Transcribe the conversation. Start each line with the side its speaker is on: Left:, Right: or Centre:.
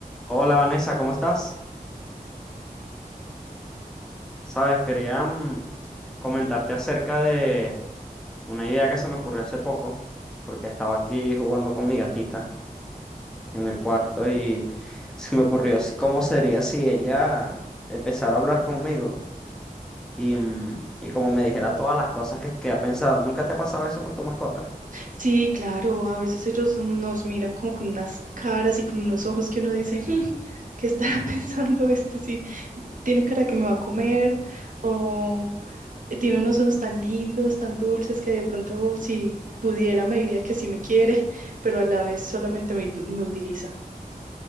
Centre: Hola Vanessa, ¿cómo estás? Sabes, quería mm, comentarte acerca de una idea que se me ocurrió hace poco, porque estaba aquí jugando con mi gatita en el cuarto y <laughs> se me ocurrió s- cómo sería si ella empezara a hablar conmigo y, mm, y como me dijera todas las cosas que, que ha pensado. ¿Nunca te ha pasado eso con tu mascota?
Right: Sí, claro, a veces ellos nos miran como con unas caras y con unos ojos que uno dice, "Hmm, ¿qué estará <laughs> pensando este? Sí, tiene cara que me va a comer o tiene unos ojos tan lindos, tan dulces que de pronto si pudiera me diría que sí me quiere, pero a la vez solamente me, tu- me utiliza.